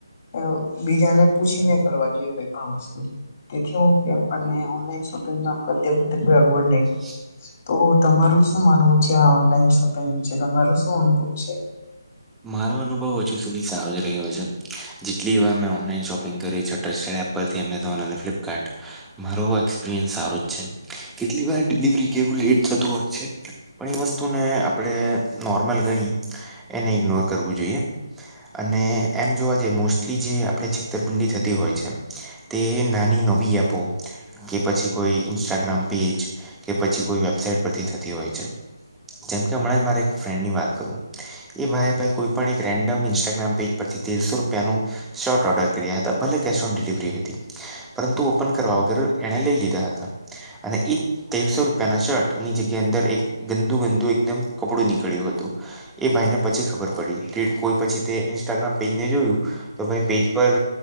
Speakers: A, on the left; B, in the centre.
A: અ બીજાને પૂછીને કરવા જોઈએ કોઈ પણ વસ્તુ, તેથી હું કે આપણને ઓનલાઈન શોપિંગમાં કરતી વખતે કોઈ અગવડ
B: <unintelligible>
A: નહીં પડે. તો તમારું શું માનવું છે આ ઓનલાઈન શોપિંગ વિશે, તમારો શું અનુભવ છે?
B: મારો અનુભવ હજુ સુધી સારો જ રહ્યો છે, જેટલી વાર મેં ઓનલાઈન શોપિંગ કરી છે <unintelligible> પરથી એમેઝોન અને ફ્લિપકાર્ટ. મારો એક્સપિરિયન્સ સારો જ છે, કેટલીક વાર ડિલિવરી કે એવું લેટ થતુ હોય છે. પણ એ વસ્તુને આપણે નોર્મલ ગણી એને ઈગ્નોર કરવું જોઈએ. અને એમ જોવા જઈ મોસ્ટલી જે આપણે છેતરપિંડી થતી હોય છે, તે નાની નવી એપો કે પછી કોઈ ઇન્સ્ટાગ્રામ પેજ કે પછી કોઈ વેબસાાઈટ પરથી થતી હોય છે. જેમકે હમણાં જ મારા એક ફ્રેન્ડની વાત કરું એ ભાઈએ ભાઈ કોઈ પણ એક રેન્ડમ ઇન્સ્ટાગ્રામ પેજ પરથી તેરસો રૂપિયાનું શર્ટ ઓર્ડર કર્યા હતા, ભલે કેશ ઓન ડિલિવરી હતી. પરંતુ ઓપન કરવા વગર એણે લઈ લીધા હતા અને એ તેરસો રૂપિયાના શર્ટ ની જગ્યા અંદર એક ગંદુ-ગંદુ એકદમ કપડું નીકળ્યું હતું. એ ભાઈને પછી ખબર કે કોઈ પછી તે ઇન્સ્ટાગ્રામ પેજને જોયું તો ભઈ પેજ પર